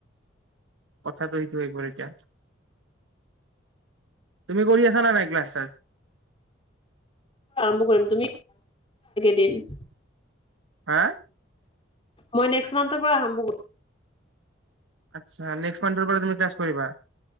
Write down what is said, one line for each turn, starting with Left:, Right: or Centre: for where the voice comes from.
Right: কথাটো সেইটো হৈ গ'ল এতিয়া। তুমি কৰি আছা নে নাই ক্লাছ-চাচ?
Left: আৰম্ভ কৰিম, তুমি একেদিন
Right: হা
Left: মই নেক্সট মান্থৰ পৰা আৰম্ভ কৰিম।
Right: আচ্ছা, নেক্সট মান্থৰ পৰা তুমি ক্লাছ কৰিবা।